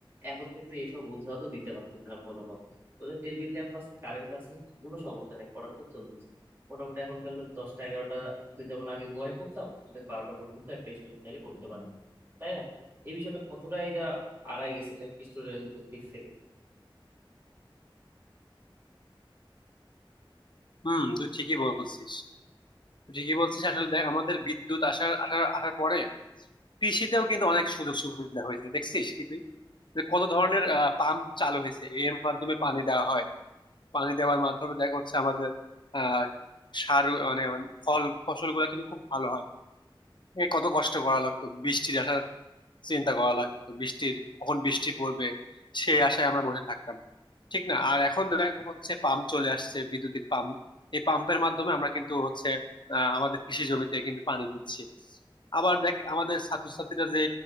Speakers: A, on the right; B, on the left.
A: এখন কিন্তু এইসব অজুহাতও দিতে পারতেছে না কোনোভাবে ওদের টেবিল ল্যাম্প আছে কারেন্ট আছে কোনো সমস্যা নেই পড়াশোনা চলতেছে মোটামুটি এখনকার লোক দশটা এগারোটা তুই যেমন আগে ঘুমাই পড়তাম দেখ বারোটা পর্যন্ত একটা স্টুডেন্ট চাইলে পড়তে পারে তাই না এই বিষয়টা কতটা এটা আগায় গেছে দেখ স্টুডেন্টদের দিক থেকে
B: হুম তুই ঠিকই বলছিস তুই ঠিকই বলছিস আসলে দেখ আমাদের বিদ্যুৎ আসার আসার আসার পরে কৃষিতেও কিন্তু অনেক সুযোগ সুবিধা হয়েছে দেখছিস কি তুই যে কত ধরনের পাম্প চালু হয়েছে এর মাধ্যমে পানি দেওয়া হয় পানি দেওয়ার মাধ্যমে দেখা হচ্ছে আমাদের আহ সার মানে ফল ফসল গুলা কিন্তু খুব ভালো হয় এ কত কষ্ট করা লাগতো বৃষ্টির আশার চিন্তা করা লাগতো বৃষ্টির কখন বৃষ্টি পড়বে সেই আশায় আমরা বসে থাকতাম ঠিক না আর এখন দেখা হচ্ছে পাম্প চলে আসছে বিদ্যুতিক পাম্প এই পাম্পের মাধ্যমে আমরা কিন্তু হচ্ছে আহ, আমাদের কৃষি জমিতে কিন্তু পানি দিচ্ছি আবার দেখ আমাদের ছাত্রছাত্রীরা যে